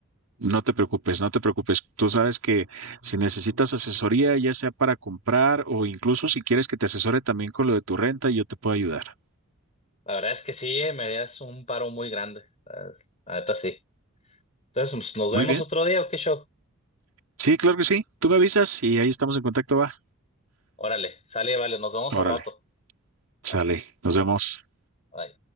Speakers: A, on the right; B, on the left.
A: No te preocupes, no te preocupes. Tú sabes que si necesitas asesoría, ya sea para comprar o incluso si quieres que te asesore también con lo de tu renta, yo te puedo ayudar.
B: La verdad es que sí, eh, me harías un paro muy grande. La, la neta sí. Entonces, pues, ¿nos
A: Muy
B: vemos
A: bien.
B: otro día o qué show?
A: Sí, claro que sí. Tú me avisas y ahí estamos en contacto, va.
B: Órale, sale, vale, nos vemos
A: Órale,
B: al rato.
A: sale.
B: Vale,
A: Nos vemos.
B: bye.